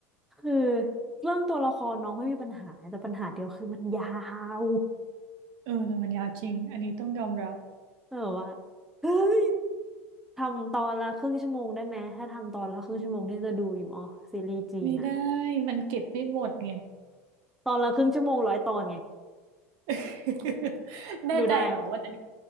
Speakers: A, in the centre; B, on the right.
A: คือเรื่องตัวละครน้องไม่มีปัญหาแต่ปัญหาเดียวคือมันยาว
B: เออ่มันยาวจริงอันนี้ต้องยอมรับ
A: แบบว่าเฮ้ย ทำตอนละครึ่งชั่วโมงได้ไหมถ้าทำตอนละครึ่งชั่วโมงนี่จะดูอยู่อ๋อซีรีส์จีนอะ
B: ไม่ได้มมันเก็บไม่หมดไง
A: ตอนละครึ่งชั่วโมงร้อยตอนไง
B: <laughs> แน่ใจเหรอว่าจะ
A: ดูได้